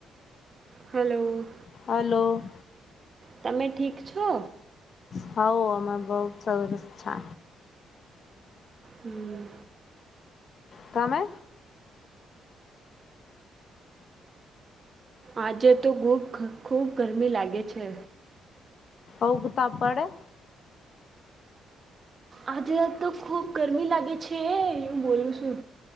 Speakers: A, on the right; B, on the left.
A: હલો.
B: હલો.
A: તમે ઠીક છો.
B: હવ અમે બહ જ સરસ છે.
A: હમ્મ.
B: તમે.
A: આજે તો બુખ ખૂબ ગરમી લાગે છે.
B: ઓઉગતા પડે.
A: આજે આજ તો ખુબ ગરમી લાગે છે, હે હું બોલું છું.